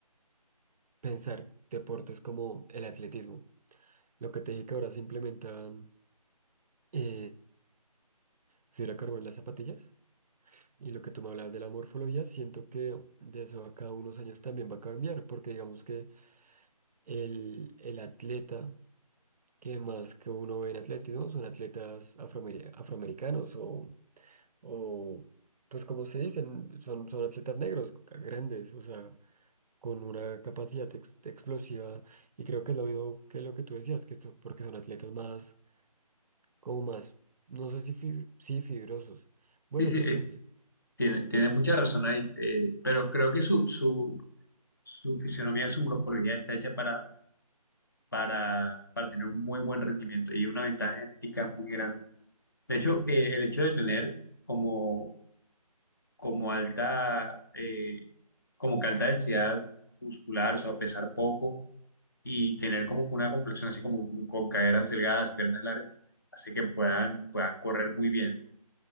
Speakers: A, on the right (about 75°); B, on the left (about 30°).
A: pensar deportes como el atletismo. Lo que te dije que ahora se implementan eh, fibra de carbono en las zapatillas y lo que tú me hablabas de la morfología, siento que de eso a cada unos años también va a cambiar, porque digamos que el, el atleta que más que uno ve en atletismo son atletas afroameri- afroamericanos o, o, pues como se dicen, son, son atletas negros, c- grandes, o sea, con una capacidad ex- explosiva y creo que es lo mismo que lo que tú decías, que son- porque son atletas más, como más, no sé si, fib- si fibrosos, bueno,
B: Sí, sí,
A: depende,
B: eh, tiene, tiene mucha razón ahí, eh, pero creo que su, su, su fisionomía, su morfología está hecha para, para, para tener un muy buen rendimiento y una ventaja genética muy grande. De hecho, eh, el hecho de tener como como alta, eh, como que alta densidad muscular, o sea, pesar poco y tener como que una complexión así como con caderas delgadas, piernas largas, hace que puedan, puedan correr muy bien.